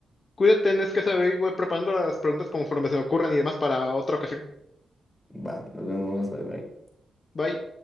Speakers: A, on the left; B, on the left.
A: cuídate, es que saber y voy preparando las preguntas conforme se me ocurran y demás para otra ocasión.
B: Va, nos vemos, bye bye.
A: Bye.